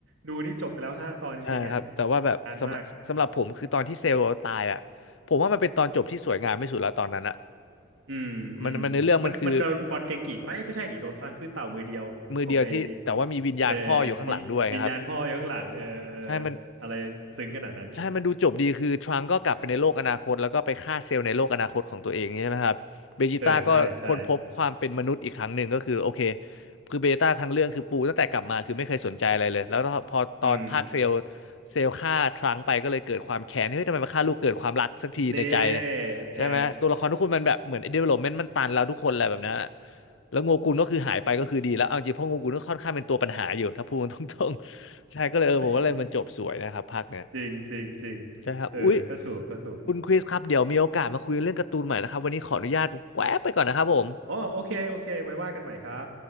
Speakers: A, on the right; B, on the left.
A: ดูนี่จบไปแล้วห้าตอนจริงๆอ่ะ
B: ใช่ครับแต่ว่าแบบสำหรับสำหรับผมคือตอนที่เซลล์ตายอ่ะผมว่ามันเป็นตอนจบที่สวยงามไม่สุดแล้วตอนนั้นอ่ะ
A: นานมากอืมอืมมันมันโดนบอลเกงกี่ไปะเอ้ยไม่ใช่ดิโดนพลังขึ้นเต่ามือเดียวของไอ
B: มันมันในเรื่องมันคือมือเดียวที่แต่ว่ามีวิญญาณพ่ออยู่ข้างหลังด้วยนะครับ
A: เออมีวิญญาณพ่ออยู่ข้างหลังเออเออ
B: ใช่มัน
A: อะไรซึ้งขนาดนั้น
B: ใช่มันดูจบดีคือทรังก์ก็กลับไปในโลกอนาคต แล้วก็ไปฆ่าเซลล์ในโลกอนาคตของตัวเองใช่ไหมครับเบจิต้าก็ค้นพบความเป็นมนุษย์อีกครั้งหนึ่งก็คือโอเค
A: เออใช่ใช่
B: คือเบจิต้าทั้งเรื่องคือปูตั้งแต่กลับมาคือไม่เคยสนใจอะไรเลย แล้วพอตอนภาคเซลล์
A: อืม
B: เซลล์ฆ่าทรังก์ไปก็เลยเกิดความแค้นเฮ้ยทำไมมาฆ่าลูกเกิดความรักสักทีในใจเลย
A: เน่เออ
B: ใช่ไหมตัวละครทุกคนมันแบบเหมือน development มันตันแล้วทุกคนอะไรแบบนั้นอะแล้วโงกุนก็คือหายไปก็คือดีแล้วเอาจริงเพราะโงกุนก็ค่อนข้างเป็นตัวปัญหาอยู่ถ้าพูดตรงๆใช่ก็เลยเออผมว่าเลยมันจบสวยนะครับภาคเนี้ย
A: <laughs> จริงจริงจริง
B: ใช่ครับ
A: เออ
B: อุ๊ย
A: ก็ถูกก็ถูก
B: คุณคริสครับ เดี๋ยวมีโอกาสมาคุยเรื่องการ์ตูนใหม่นะครับ วันนี้ขออนุญาตแวะไปก่อนนะครับผม
A: อ๋อโอเคโอเคไว้ว่ากันใหม่ครับ